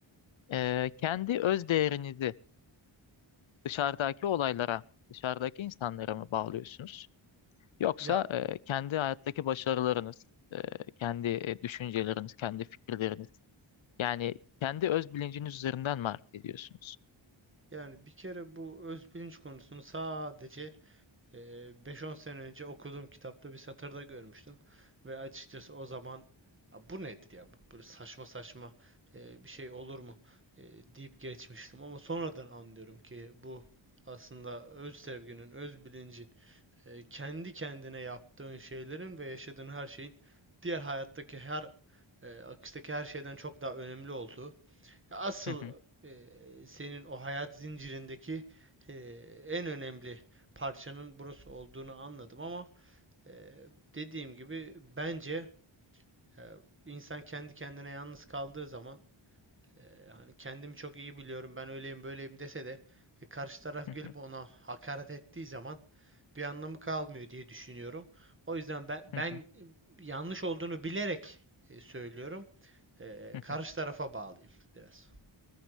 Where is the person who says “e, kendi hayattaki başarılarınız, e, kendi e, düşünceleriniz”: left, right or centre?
Left